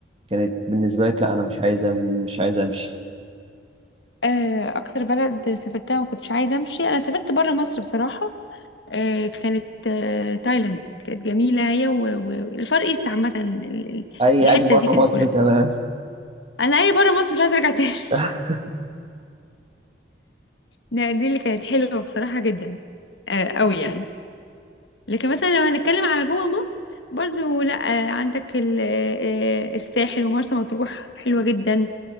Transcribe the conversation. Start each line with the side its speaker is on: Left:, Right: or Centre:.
Right: كانت بالنسبه لك لا انا مش عايزه مش عايزه امشي
Left: آه، اكتر بلد سافرتها وما كنتش عايزه امشي انا سافرت بره مصر بصراحه آه، كانت آه، تايلاند كانت جميله هي والفار ايست عامه ال- ال-
Right: اي
Left: الحته
Right: اي بره
Left: دي كانت
Right: مصر
Left: كلها
Right: تمام
Left: انا اي بره مصر مش عايزه ارجع تاني <laughs>
Right: <laughs>
Left: ده- دي اللي كانت حلوه بصراحه جدا آه، قوي يعني لكن مثلا لو هنتكلم على جوه مصر برضو لا آه، عندك ال- آه، آه، الساحل ومرسى مطروح حلوه جدا